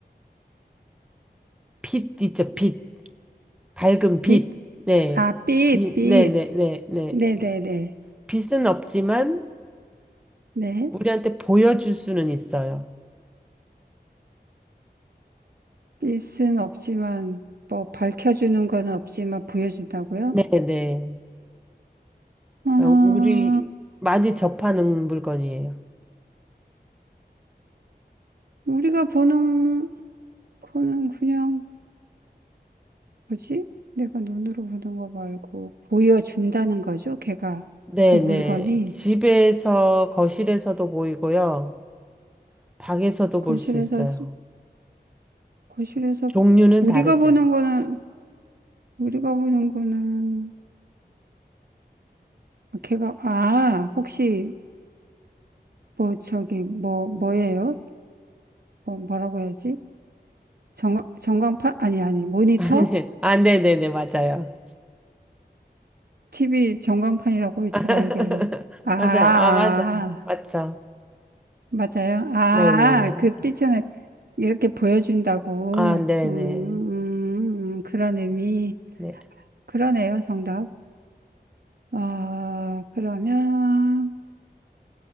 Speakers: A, in the centre; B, on the right.
A: 빛 있죠, 빛. 밝은 빛.
B: 빛?
A: 네.
B: 아, 빛,
A: 빛,
B: 빛.
A: 네네네, 네. 네,
B: 네네네.
A: 네. 빛은 없지만,
B: 네.
A: 우리한테 보여줄 수는 있어요.
B: 빛은 없지만, 뭐, 밝혀주는 건 없지만, 보여준다고요?
A: 네네.
B: 아,
A: 우리 많이 접하는 물건이에요.
B: 우리가 보는 거는 그냥, 뭐지? 내가 눈으로 보는 거 말고, 보여준다는 거죠, 걔가.
A: 네네.
B: 그 물건이.
A: 집에서, 거실에서도 보이고요. 방에서도
B: 거실에서,
A: 볼 수 있어요.
B: 거실에서,
A: 종류는
B: 우리가
A: 다르지만.
B: 보는 거는, 우리가 보는 거는, 걔가 아 혹시 뭐 저기 뭐 뭐예요? 뭐 뭐라고 해야지? 전 전광판 아니 아니 모니터?
A: <laughs> 아, 네. 아, 네네네. 맞아요.
B: TV 전광판이라고 제가
A: <laughs>
B: 얘기하려고. 아, 아,
A: 맞아요. 아, 맞아요.
B: 아.
A: 맞죠.
B: 맞아요. 아,
A: 네네네.
B: 그 빛을 이렇게 보여준다고.
A: 아, 네네.
B: 음, 음, 음, 그런 의미.
A: 네.
B: 그러네요, 정답. 아, 그러면